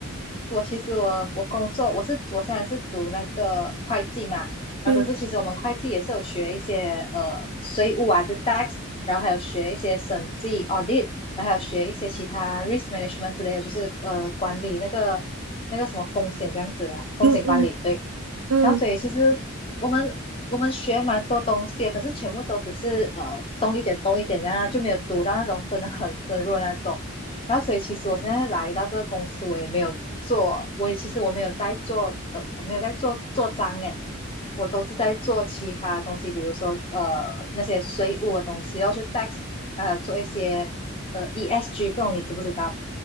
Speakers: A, on the left (about 25°); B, on the right (about 85°).
A: 我其实我我工作我是我虽然是读那个会计嘛，然后可是其实我们会计也是有学一些呃税务啊，
B: 嗯
A: 就 tax，然后还有学一些审计 audit，然后还有学一些其他 risk management 之类的，就是呃管理那个那个什么风险这样子啊，风险管理对。
B: 嗯嗯嗯
A: 然后所以其实我们我们学蛮多东西的，可是全部都只是呃懂一点懂一点这样啊，然后就没有读到那种真的很深入的那种。然后所以其实我现在来到这个公司，我也没有做，我也其实我没有在做呃，我没有在做做章诶，我都是在做其他东西，比如说呃那些税务的东西，然后去 tax，呃做一些呃 ESG，不懂你知不知道？